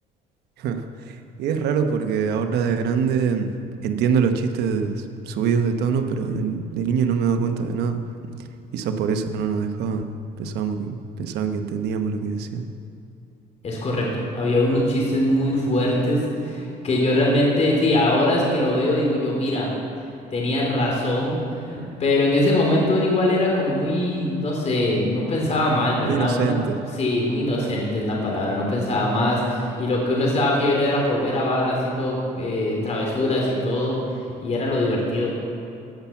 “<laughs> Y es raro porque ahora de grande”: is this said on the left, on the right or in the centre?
Right